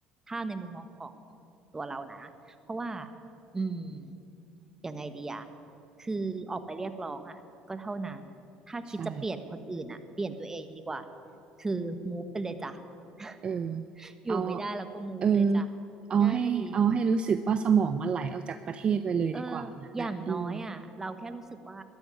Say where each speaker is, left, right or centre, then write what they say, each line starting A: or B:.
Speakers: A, on the right (about 20°); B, on the right (about 40°).
A: ถ้าในมุมมองของตัวเรานะเพราะว่าอืมยังไงดีอ่ะคือออกไปเรียกร้องอ่ะก็เท่านั้น ถ้าคิดจะเปลี่ยนคนอื่นอ่ะเปลี่ยนตัวเองดีกว่า
B: ใช่
A: คือมูฟไปเลยจ้ะ <laughs>
B: เออ
A: อยู่ไม่ได้แล้วก็มูฟเลยจ้ะ
B: เอาเออเอาให้เอาให้รู้สึกว่าสมองมันไหลออกจากประเทศไปเลยดีกว่างั้นน่ะอืม
A: ง่ายดี เอออย่างน้อยอ่ะเราแค่รู้สึกว่า